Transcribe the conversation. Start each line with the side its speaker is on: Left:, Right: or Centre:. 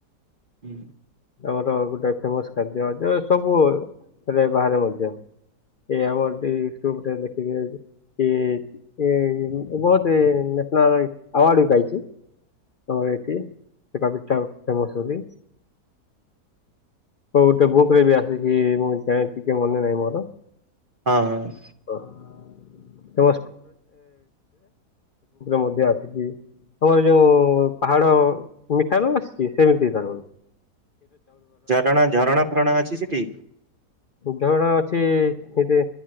Right: ହୁଁ।
Left: ଆମର ଗୋଟେ ଫେମସ ଖାଦ୍ୟ <unintelligible> ସବୁରେ ବାହାରେ ମଧ୍ୟ। ଏଇ ଆମର ଦି ଇଟ୍ୟୁବଟା ଦେଖିିଲେ। କି କି ବହୁତ ନ୍ୟାସନାଲ ଆୱାର୍ଡବି ପାଇଛି। ତମର ଏଇଠି ଚେକାପିଠା ଫେମସ ବୋଲି। ହଉ ଗୋଟେ ବୁଙ୍କରେବି ଆସିଛି ମୁଁ ଯାଇଏ ଟିକେ ମନେ ନାହିଁ ମୋର
Right: ହଁ ହଁ
Left: ଓରେ ମଧ୍ୟ ଆସିଛି। ତମର ଯୋଉ ପାହାଡ ମିଠା ନୁହେଁନା ସେମିତି କରୁୁ।
Right: ଝରଣା ଝରଣା ଫରଣା ଅଛି ସେଠି।
Left: ଧରଣା ଅଛି ସେଠି